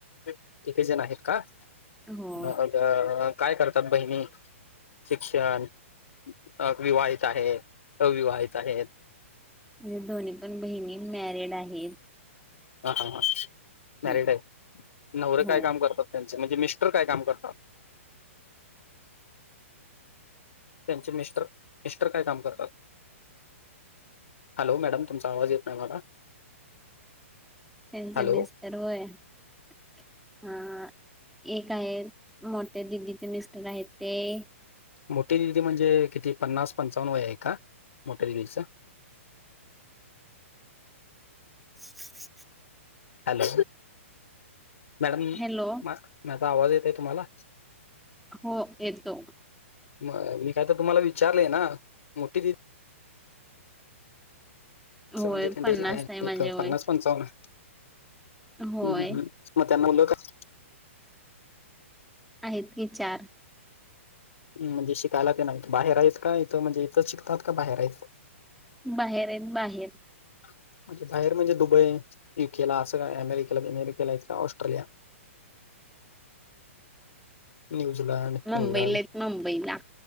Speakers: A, on the left (about 70°); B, in the centre.
A: तिघी जण आहेत का
B: होय
A: मग काय करतात बहिणी? शिक्षण अ विवाहित आहे अविवाहित आहेत.
B: म्हणजे दोन्ही पण बहिणी मॅरिड आहेत.
A: ह ह ह
B: हम्म.
A: मॅरिड आहे नवर
B: हो
A: काय काम करतात त्यांचे म्हणजे मिस्टर काय काम करतात? त्यांचे मिस्टर मिस्टर काय काम करतात? हॅलो मॅडम तुमचा आवाज येत नाय मला.
B: त्यांचे
A: हॅलो
B: मिस्टर होय. हा हा एक आहे मोठ्या दिदीचे मिस्टर आहेत ते
A: मोठी दिदी म्हणजे किती पन्नास पंचावन्नव आहे का मोठ्या दिदीचं?
B: <inaudible> <unintelligible>
A: हॅलो मॅडम
B: हॅलो
A: माझ माझा आवाज येतोय तुम्हाला?
B: हो येतो.
A: म मी काय तर तुम्हाला विचारलंय ना मोठी दा
B: होय
A: <unintelligible>
B: पन्नास आहे माझे
A: एक
B: वय
A: पन्नास पंचावन्न?
B: होय
A: हम हम मग त्यांना मुल काय?
B: आहेत की चार.
A: म्हणजे शिकायला तेन आहेत बाहेर आहेत का ईथ म्हणजे हितच शिकतात का बाहेर आहेत?
B: बाहेर आहेत बाहेर.
A: म्हणजे बाहेर म्हणजे दुबई युकेला असं काय अमेरिकेला अमेरिकेला आहेत का ऑस्ट्रेलिया? न्यूझीलंड
B: मुंबईला
A: इंग्लंड
B: आहेत मुंबईला